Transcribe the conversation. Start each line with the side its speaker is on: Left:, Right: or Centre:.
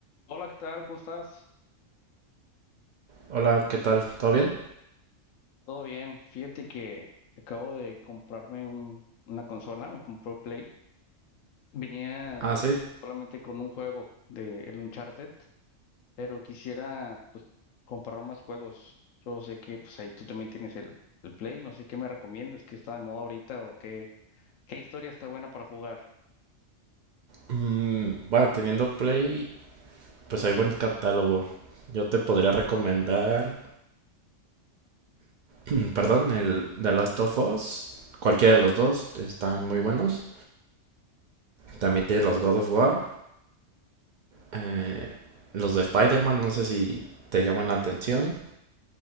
Left: Hola, ¿qué tal? ¿Cómo estás?
Right: Hola, ¿qué tal? ¿Todo bien?
Left: ¿Todo bien? Fíjate que acabo de comprarme un, una consola, me compró Play. Venía
Right: Ah,
Left: pues
Right: sí.
Left: solamente con un juego de el Uncharted, pero quisiera pues comprar más juegos. Yo sé que pues ahí tú también tienes el, el Play, no sé qué me recomiendas, qué está de moda ahorita o qué, qué historia está buena para jugar.
Right: Mm, bueno, teniendo Play, pues hay buen catálogo. Yo te podría recomendar, mm, perdón, el The Last of Us. Cualquiera de los dos están muy buenos. También tiene los God of War. eh, los de Spider-Man, no sé si te llaman la atención.